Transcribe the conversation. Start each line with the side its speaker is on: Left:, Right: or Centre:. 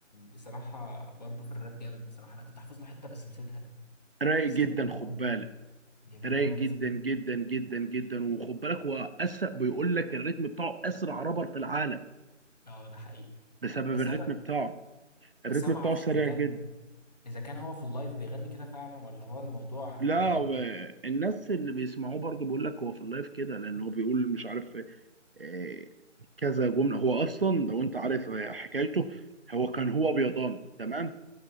Left: بصراحه برضو في الراب جامد بصراحه انا كنت حافظ له حته بس نسيتها
Right: رايق
Left: بس
Right: جدا
Left: كانت جميله
Right: خد
Left: قوي
Right: بالك
Left: جميله
Right: رايق
Left: قوي
Right: جدا
Left: بصراحه
Right: جدا جدا جدا وخد بالك هو أسرع بيقول لك الريتم بتاعه أسرع رابر في العالم
Left: اه ده حقيقي
Right: بسبب
Left: بس
Right: الريتم
Left: انا
Right: بتاعه
Left: بس
Right: الريتم
Left: انا ما
Right: بتاعه
Left: اعرفش
Right: سريع
Left: اذا كان
Right: جدا
Left: اذا كان هو في اللايف بيغني كده فعلا ولا هو الموضوع
Right: لا
Left: اديت
Right: والناس اللي بيسمعوه برضه بيقول لك هو في اللايف كده لأن هو بيقول مش عارف آه، كذا جمله هو اصلا لو انت عارف آه، حكايته هو كان هو بيضاني تمام